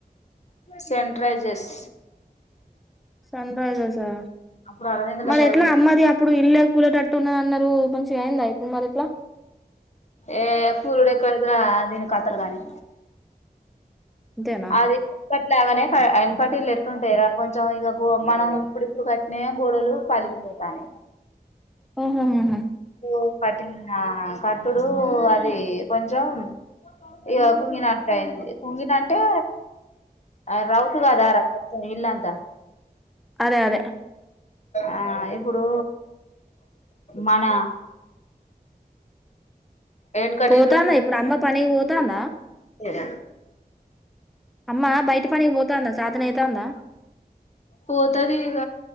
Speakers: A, on the left (about 45°); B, in the centre.
A: సెంట్రైజెస్
B: సన్ రైజర్సా
A: అప్పుడు అరవిందులో
B: మరి
A: చదివి
B: ఎట్లా అమ్మది అప్పుడు ఇల్లే కూలేటట్టున్నది అన్నార్ రు మంచిగా అయిందా ఇప్పుడు మరి ఇట్లా
A: ఏ కూలుడు ఎక్కడైతది ఆళ్ళు ఎందుకు వత్తారు గాని
B: అంతేనా
A: అది ఎప్పటిలాగానే ప ఎనకటిల్లు ఎట్లుంటాయి రా కొంచెం ఇగా గో మనం ఇప్పుడిప్పుడు కట్టిన్నయ్యే గోడలు పలిగిపోతాండాయి
B: <unintelligible>
A: ఓ కట్టిన కట్టుడు అది కొంచెం ఇగా కుంగినట్టయింది కుంగిన అంటే ఆ రౌతు గదార మొత్తం ఇల్లాంతా
B: అదే అదే
A: ఆ ఇప్పుడు మన వెనుకటిల్లు
B: పోతాందా ఇప్పుడు అమ్మ పనికి పోతాందా?
A: అడా
B: అమ్మ బయట పనికికి పోతాందా చేతనైతాందా?
A: పోతది ఇగ